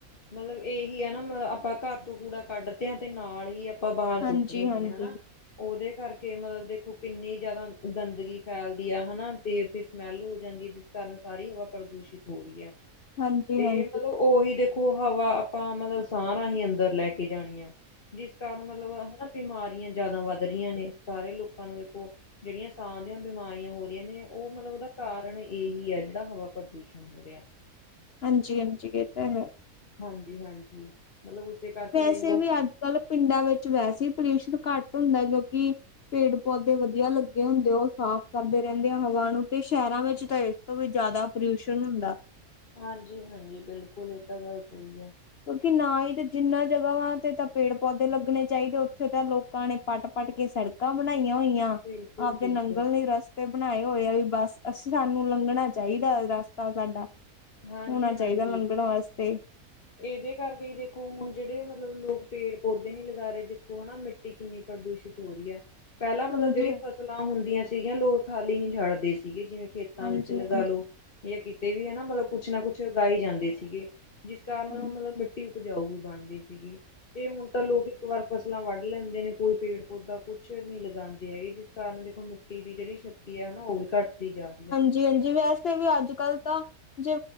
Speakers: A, on the left (about 40°); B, on the left (about 55°).
A: ਮਲਬ ਇਹੀ ਐ ਨਾ, ਮਲਬ ਆਪਾਂ ਘਰ ਤੋਂ ਕੂੜਾ ਕੱਢਤੇ ਆ ਤੇ ਨਾਲ ਹੀ ਆਪਾਂ ਬਾਹਰ ਸੁੱਟ
B: ਹਾਂਜੀ
A: ਦੇਨੇਆ
B: ਹਾਂਜੀ
A: ਹਨਾ।
B: ਹਾਂਜੀ
A: ਉਹਦੇ ਕਰਕੇ ਮਤਲਬ ਦੇਖੋ, ਕਿੰਨੀ ਜ਼ਿਆਦਾ ਗੰਦਗੀ ਫ਼ੈਲਦੀ ਆ ਹਨਾ ਤੇ ਫਿਰ ਸਮੈਲ਼ ਹੋ ਜਾਂਦੀ ਜਿਸ ਕਾਰਨ ਸਾਰੀ ਹਵਾ ਪ੍ਰਦੂਸ਼ਿਤ ਹੋਰੀ ਐ।
B: ਹਾਂਜੀ
A: ਤੇ
B: ਹਾਂਜੀ
A: ਮਤਲਬ ਉਹੀ ਦੇਖੋ ਹਵਾ ਆਪਾਂ, ਮਤਲਬ ਸਾਹ ਰਾਹੀਂ ਅੰਦਰ ਲੈ ਕੇ ਜਾਣੀ ਆ। ਜਿਸ ਕਾਰਨ ਮਤਲਬ ਹਨਾ, ਬਿਮਾਰੀਆਂ ਜ਼ਿਆਦਾ ਵੱਧ ਰਹੀਆਂ ਨੇ ਸਾਰੇ ਲੋਕਾਂ ਨੂੰ ਵੇਖੋ ਜਿਹੜੀਆਂ ਸਾਹ ਦੀਆਂ ਬਿਮਾਰੀਆਂ ਹੋ ਰਹੀਆਂ ਨੇ, ਉਹ ਮਤਲਬ ਉਹਦਾ ਕਾਰਨ ਇਹੀ ਐ। ਜਿਹੜਾ ਹਵਾ ਪ੍ਰਦੂਸ਼ਣ ਹੂੰ, ਵਧੀਆ।
B: ਹਾਂਜੀ-ਹਾਂਜੀ ਇਹ ਤਾਂ ਹੈ।
A: ਹਾਂਜੀ-ਹਾਂਜੀ ਮਤਲਬ ਏਸੇ ਕਰਕੇ
B: ਵੈਸੇ
A: ਦੇਖ ਲੋ
B: ਵੀ ਅੱਜ ਕੱਲ੍ਹ ਪਿੰਡਾਂ ਵਿੱਚ ਵੈਸੇ ਈ ਪੋਲਿਊਸ਼ਨ ਘੱਟ ਹੁੰਦਾ। ਕਿਉਂਕਿ ਪੇੜ-ਪੌਦੇ ਵਧੀਆ ਲੱਗੇ ਹੁੰਦੇ। ਉਹ ਸਾਫ਼ ਕਰਦੇ ਰਹਿੰਦੇ ਆ ਹਵਾ ਨੂੰ ਤੇ ਸ਼ਹਿਰਾਂ ਵਿੱਚ ਤਾਂ ਇਸ ਤੋਂ ਵੀ ਜ਼ਿਆਦਾ ਪੋਲਿਊਸ਼ਨ ਹੁੰਦਾ।
A: ਹਾਂਜੀ-ਹਾਂਜੀ, ਬਿਲਕੁਲ ਇਹ ਤਾਂ ਗੱਲ ਸਹੀ ਐ।
B: ਕਿਉਂਕਿ ਨਾ ਈ ਤੇ ਜਿੰਨਾਂ ਜਗ੍ਹਾਵਾਂ ਤੇ ਤਾਂ ਪੇੜ-ਪੌਦੇ ਲੱਗਣੇ ਚਾਹੀਦੇ ਉੱਥੇ ਤਾਂ ਲੋਕਾਂ ਨੇ ਪੱਟ-ਪੱਟ ਕੇ ਸੜਕਾਂ ਬਣਾਈਆਂ ਹੋਈਆਂ
A: ਬਿਲਕੁਲ
B: ਆਪਦੇ
A: ਬਿਲਕੁਲ
B: ਨੰਗਲ ਲਈ ਰ ਤੇ ਬਣਾਏ ਹੋਏ ਆ ਵੀ ਬਸ, ਅਸੀਂ ਸਾਨੂੰ ਲੰਘਣਾ ਚਾਹੀਦਾ ਇਹ ਰਸਤਾ ਸਾਡਾ
A: ਹਾਂਜੀ
B: ਹੋਣਾ ਚਾਹੀਦਾ
A: ਹਾਂਜੀ
B: ਲੰਘਣ ਵਾਸਤੇ
A: ਇਹਦੇ ਕਰਕੇ ਈ ਦੇਖੋ ਹੁਣ, ਜਿਹੜੇ ਮਤਲਬ ਲੋਕ ਪੇੜ-ਪੌਦੇ ਨੀ ਲਗਾ ਰਹੇ ਦੇਖੋ, ਹਨਾ। ਮਿ ਟੀ ਕਿੰਨੀ ਪ੍ਰਦੂਸ਼ਿਤ ਹੋ ਰੀ ਐ। ਪਹਿਲਾਂ ਮਤਲਬ
B: ਹਾਂਜੀ
A: ਜਿਹੜੀ
B: ਹਾਂਜੀ
A: ਫਸਲਾਂ ਹੁੰਦੀਆਂ ਸੀਗੀਆਂ, ਲੋਕ ਖ਼ਾਲੀ ਨੀ ਛੱਡਦੇ ਸੀਗੇ। ਜਿਵੇਂ ਖੇਤਾਂ
B: ਹਾਂਜੀ
A: ਵਿੱਚ ਲਗਾ
B: ਹਾਂਜੀ
A: ਲੋ ਜਾਂ ਕਿਤੇ ਵੀ ਹੈ ਨਾ, ਮਤਲਬ ਕੁੱਛ ਨਾ ਕੁੱਛ ਉਗਾਈ ਜਾਂਦੇ ਸੀਗੇ। ਜਿਸ ਕਾਰਨ
B: ਹਾਂਜੀ
A: ਮਤਲਬ ਮਿੱਟੀ ਉਪਜਾਊ ਵੀ ਬਣਦੀ ਸੀਗੀ ਤੇ ਹੁਣ ਤਾਂ ਲੋਕ ਇੱਕ ਵਾਰ ਫ਼ਸਲਾਂ ਵੱਢ ਲੈਂਦੇ ਨੇ, ਕੋਈ ਪੇੜ-ਪੌਦਾ ਕੁੱਛ ਨੀ ਲਗਾਉਂਦੇ ਹੈਗੇ। ਜਿਸ ਕਾਰਨ ਦੇਖੋ ਮਿੱਟੀ ਦੀ ਜਿਹੜੀ ਸ਼ ਕਿਯਾਨਾ ਉਹ ਵੀ ਘੱਟਦੀ ਜਾ
B: ਜੀ ਹਾਂਜੀ ਵੈਸੇ ਵੀ ਅੱਜ -ਕੱਲ ਤਾਂ ਜੇ